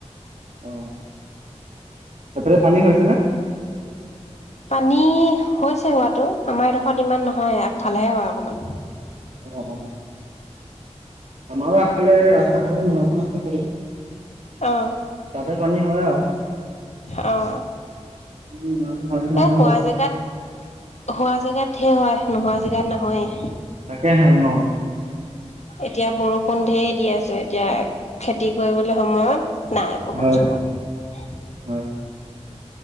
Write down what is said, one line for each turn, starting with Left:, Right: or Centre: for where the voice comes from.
Right: অ সেইফালে পানী হৈছে নে!
Left: পানী হৈছে হোৱাটো আমাৰ এডোখৰত ইমান নহয় আগফালেহে হয় অকমান।
Right: <inaudible> আমাৰো আগফালে ৰাস্তা কাষতে নাওখন আছে
Left: অ,
Right: তাতে পানী হয় আৰু।
Left: অ,
Right: উম ইমান পানী নহয়
Left: এ, হোৱা
Right: বাৰু
Left: জেগাত হোৱা জেগাত হে হয় নোহোৱা জেগাত নহয়।
Right: তাকেহে অ
Left: এতিয়া বৰষুণ ধেৰ দি আছে এতিয়া খেতি কৰিবলে সময়ত। নাই বৰষূণ
Right: হয়
Left: সৰষূণ।
Right: হয়।